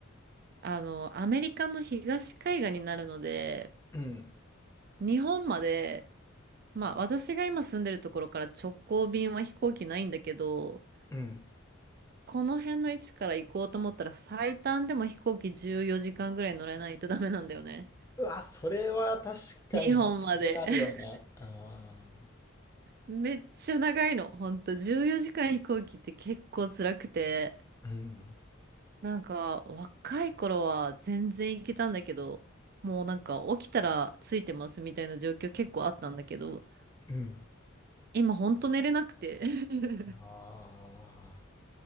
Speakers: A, on the right; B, on the left.
A: あのアメリカの東海岸になるので、
B: うん。
A: 日本まで、まあ私が今住んでるところから直行便は飛行機ないんだけど、
B: うん。
A: この辺の位置から行こうと思ったら最短でも飛行機14時間ぐらい乗れないとダメなんだよね。
B: うわ、それは確かに欲しくなるよね。
A: 日本まで。<laughs>
B: あ
A: めっちゃ長いの。ほんと14時間飛行機って結構辛くて。
B: ー。うん。
A: なんか、若い頃は全然行けたんだけど、もうなんか起きたらついてますみたいな状況結構あったんだけど、
B: うん。
A: 今ほんと寝れなくて。<laughs>
B: あ